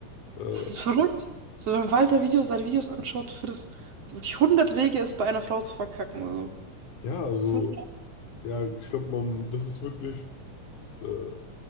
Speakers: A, on the left (about 70°); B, on the right (about 50°).
A: äh,
B: Das ist verrückt. So, wenn Walter Videos, seine Videos anschaut, du findest wirklich hundert Wege, es bei einer Frau zu verkacken. So.
A: ja, also,
B: So.
A: ja, ich glaube, man, das ist wirklich, äh,